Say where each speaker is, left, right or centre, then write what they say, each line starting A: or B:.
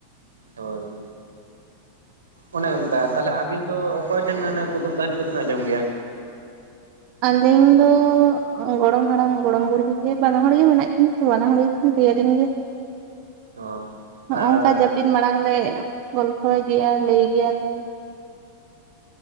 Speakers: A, on the right; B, on the right.
A: ᱦᱳᱭ᱾ ᱚᱱᱮ ᱚᱱᱠᱟ ᱛᱟᱞᱦᱮ ᱟᱵᱤᱱ ᱫᱚ ᱚᱠᱚᱭ ᱴᱷᱮᱱ ᱠᱩᱫᱩᱢ ᱠᱟᱹᱦᱱᱤ ᱠᱚᱫᱚ ᱵᱤᱱ ᱟᱸᱡᱚᱢ ᱜᱮᱭᱟ?
B: ᱟᱹᱞᱤᱧ ᱫᱚ ᱜᱚᱲᱚᱢ ᱦᱟᱲᱟᱢ ᱜᱚᱲᱚᱢ ᱵᱩᱲᱦᱤ ᱜᱮ ᱵᱟᱱᱟ ᱦᱚᱲ ᱜᱮ ᱢᱮᱱᱟᱜ ᱠᱤᱱᱟ ᱛᱚ ᱵᱟᱱᱟ ᱦᱚᱲ ᱫᱮᱭᱟ ᱫᱤᱧ ᱜᱮᱼᱼ
A: <inaudible>
B: ᱦᱚᱸᱜ
A: ᱟᱨ
B: ᱚᱝᱠᱟ ᱡᱟᱹᱯᱤᱫ ᱢᱟᱲᱟᱝ ᱞᱮ ᱜᱚᱞᱯᱷᱚᱭ ᱜᱮᱭᱟ ᱞᱟᱹᱭ ᱜᱮᱭᱟᱞᱮ᱾